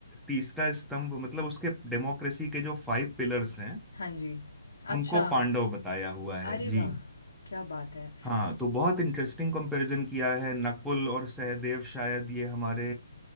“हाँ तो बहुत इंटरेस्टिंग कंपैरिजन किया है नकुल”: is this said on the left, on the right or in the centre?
Centre